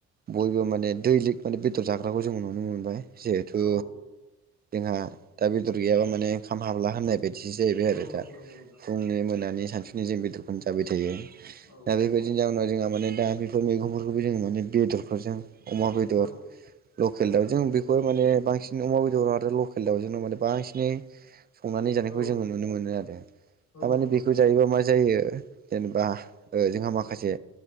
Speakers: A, on the right; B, on the left.
A: बयबो माने दैलिग माने बेदर जाग्राखौ जों नुनो मोनबाय जिहेथु
B: औ
A: जोंहा दा बेदर गैयाबा माने ओंखाम हाबला होननाय बायदिसो जाहै बायआरो
B: औ
A: दा
B: नंगौ नंगौ नोंथां
A: फुंनि मोनानि सानसुनि जों बेदरखौनो जाबाय थायो
B: औ
A: दा बेबाय बिनि जनाव जोंहा माने दा बेफोर मैगंफोरखौबो जों माने बेदरफोरजों अमा बेदर
B: औ
A: लकेल दाउजों बेखौ माने बांसिन अमा बेदर आरो लकेल दाउजोंनो माने बांसिनै संनानै जानायखौ
B: औ
A: जोङो नुनो मोनो आरो थारमाने
B: औ नंगौ
A: बेखौ
B: नंगौ
A: जायोबा
B: नोंथां
A: मा मा जायो जेनेबा ओ जोंहा माखासे